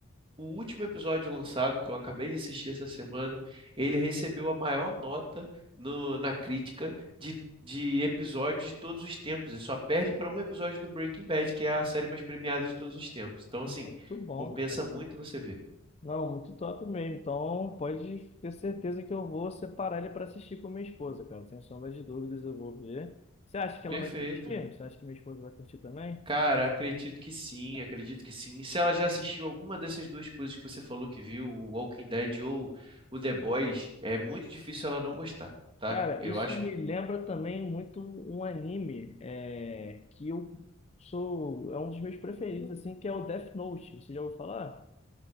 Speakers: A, on the right (about 25°); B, on the left (about 30°).
A: o último episódio lançado, que eu acabei de assistir essa semana, ele recebeu a maior nota no- na crítica de, de episódios de todos os tempos. Ele só perde para um episódio do Breaking Bad, que é a série mais premiada de todos os tempos. Então, assim,
B: muito bom,
A: compensa
B: cara.
A: muito você ver.
B: Não, muito top mesmo. Então, pode ter certeza que eu vou separar ele para assistir com minha esposa, cara. Sem sombra de dúvidas, eu vou ver. Você acha que ela
A: Perfeito.
B: vai curtir? Você acha que minha esposa vai curtir também?
A: Cara, acredito que sim, acredito que sim. E se ela já assistiu alguma dessas duas coisas que você falou que viu, o Walking Dead ou o The Boys, é muito difícil ela não gostar, tá?
B: Cara,
A: Eu
B: isso
A: acho
B: me lembra também muito um um anime é, que eu sou, é um dos meus preferidos, assim, que é o Death Note. Você já ouviu falar?